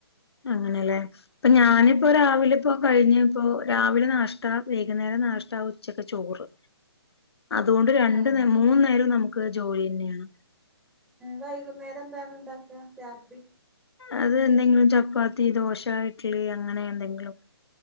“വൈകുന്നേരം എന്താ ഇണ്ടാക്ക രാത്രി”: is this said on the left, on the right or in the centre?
Centre